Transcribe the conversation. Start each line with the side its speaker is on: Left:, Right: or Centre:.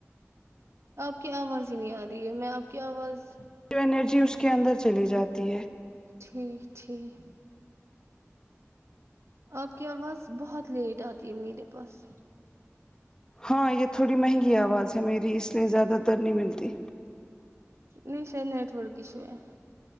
Right: آپ کی آواز ہی نہیں آ رہی ہے میں آپ کی آواز
Left: و انرجی اس کے اندر چلی جاتی ہے
Right: ٹھیک ٹھیک آپ کی آواز بہت لیٹ آتی ہے میرے پاس
Left: ہاں یہ تھوڑی مہنگی آواز ہے میری اس لیے زیادہ تر نہیں ملتی
Right: نہیں شاید نیٹ ورک ایشو ہے